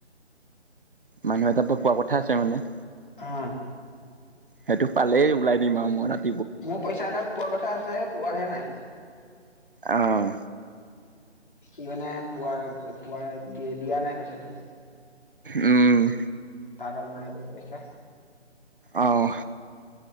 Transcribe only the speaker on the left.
অ।
মোৰ পইচা এটা পোৱা কথা আছে পোৱাহে নাই।
সি মানে পোৱা পোৱাই দি দিয়া নাই পইচাটো।
তাৰ তাত নাই বোলে পইচা।